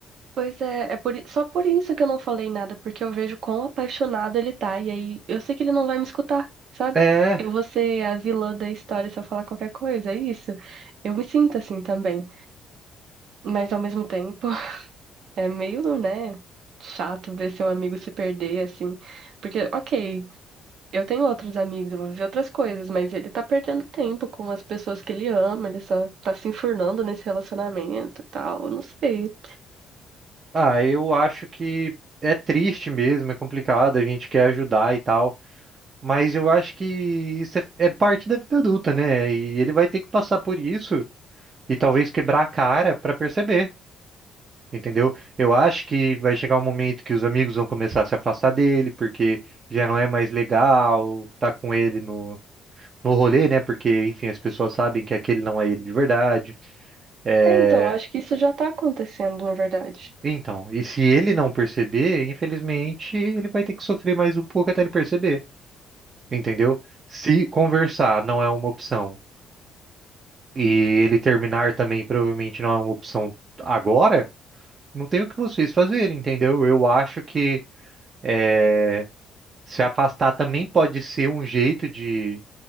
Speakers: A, on the right; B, on the right.
A: Pois é, é por, i- só por isso que eu não falei nada, porque eu vejo quão apaixonado ele tá, e aí eu sei que ele não vai me escutar, sabe?
B: É,
A: Eu vou ser a vilã da história se eu falar qualquer coisa, é isso. Eu me sinto assim também. Mas ao mesmo tempo, <laughs> é meio, né, chato ver seu amigo se perder, assim. Porque, ok, eu tenho outros amigos, eu vou viver outras coisas, mas ele tá perdendo tempo com as pessoas que ele ama, ele só tá se enfurnando nesse relacionamento e tal, eu não sei.
B: ah, eu acho que é triste mesmo, é complicado, a gente quer ajudar e tal, mas eu acho que isso é, é parte da vida adulta, né? E ele vai ter que passar por isso e talvez quebrar a cara pra perceber, entendeu? Eu acho que vai chegar um momento que os amigos vão começar a se afastar dele, porque já não é mais legal tá com ele no no rolê, né? Porque, enfim, as pessoas sabem que aquele não é ele de verdade. É,
A: É, então, eu acho que isso já tá acontecendo, na verdade.
B: Então, e se ele não perceber, infelizmente, ele vai ter que sofrer mais um pouco até ele perceber, entendeu? Se conversar não é uma opção e ele terminar também provavelmente não é uma opção agora, não tem o que vocês fazerem, entendeu? Eu acho que é, se afastar também pode ser um jeito de,